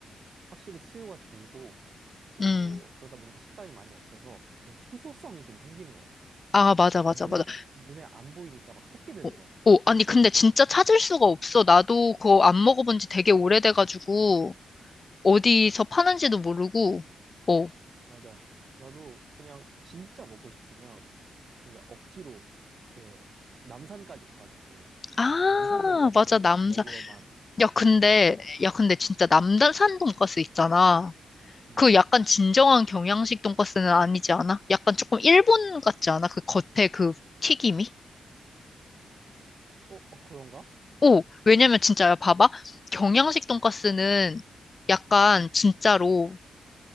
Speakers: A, on the right; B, on the left.
A: 확실히 수요가 줄고 그리고
B: 음.
A: 그러다 보니까 식당이 많이 없어서 그 희소성이 좀 생기는 것 같아.
B: 아, 맞아, 맞아,
A: 눈에
B: 맞아.
A: 눈에 안 보이니까 막 찾게 되는
B: 오,
A: 거야.
B: 오, 아니, 근데 진짜 찾을 수가 없어. 나도 그거 안 먹어본 지 되게 오래돼가지고, 어디서 파는지도 모르고, 오.
A: 맞아. 나도 그냥 진짜 먹고 싶으면 진짜 억지로 그 남산까지 가가지고
B: 아,
A: 남산 돈가스
B: 맞아, 남산.
A: 먹으러만
B: 야, 근데,
A: 가고 그러거든요.
B: 야, 근데 진짜 남산 돈가스 있잖아.
A: 음.
B: 그 약간 진정한 경양식 돈가스는 아니지 않아? 약간 조금 일본 같지 않아? 그 겉에 그 튀김이?
A: 어, 어, 그런가?
B: 오, 왜냐면 진짜 야, 봐봐. 경양식 돈가스는 약간 진짜로